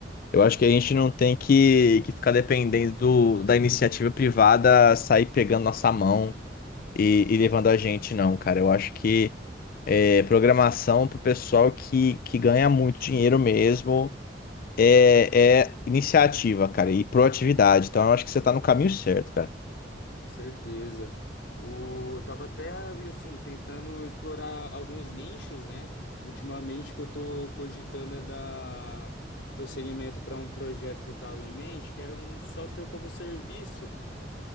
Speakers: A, on the left (about 50°); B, on the left (about 70°).
A: Eu acho que a gente não tem que, que ficar dependendo do- da iniciativa privada sair pegando nossa mão e, e levando a gente, não, cara. Eu acho que é, programação pro pessoal que, que ganha muito dinheiro mesmo é, é iniciativa, cara, e proatividade. Então, eu acho que você tá no caminho certo, cara.
B: Com certeza. O, eu tava até assim tentando explorar alguns nichos, né? Ultimamente que eu tô cogitando é dar prosseguimento para um projeto que eu tava em mente, que era um software como serviço,